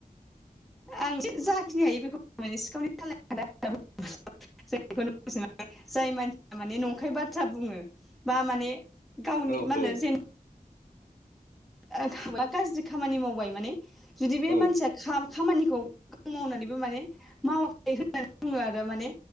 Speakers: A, in the centre; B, on the left.
A: आं एसे जाखिनि हायो बेखौ सिखावनि सालाया खानदा होननाया <unintelligible> जों बेखौ जाय मानसिया माने नंखाय बाथ्रा बुङो बा माने गावनि
B: औ औ
A: मा होनो जेन'बा थाब्ला गाज्रि खामानि मावबाय माने जुदि बे
B: औ
A: मानसिया खामानिखौ मावनानैबो माने मावाखै होननानै बुङो आरो माने